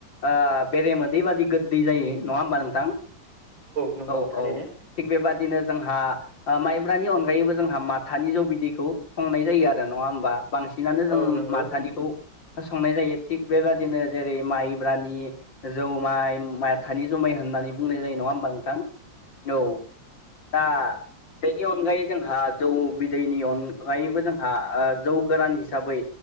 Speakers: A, on the left; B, on the right.
A: ओ बेरे मोदै बादि गोदै जायो नङा ओमबा नोंथां?
B: नंगौ
A: औ
B: थारैनो
A: औ थिग बेबादिनो जोंहा ओ माइब्रानि अनगायैबो जोंहा माथानि जौ बिदैखौ संनाय जायो आरो नङा ओमबा? बांसिनानो जों
B: औ नंगौ
A: माथानिखौ संनाय जायो थिग बेबादिनो जेरै माइब्रानि जौमाय माथानि जुमाय होननानै बुंनाय जायो नङा ओमबा नोंथां औ दा बेनि अनगायै जोंहा जौ बिदैनि अनगायैबो जोंहा ओ जौ गोरान हिसाबै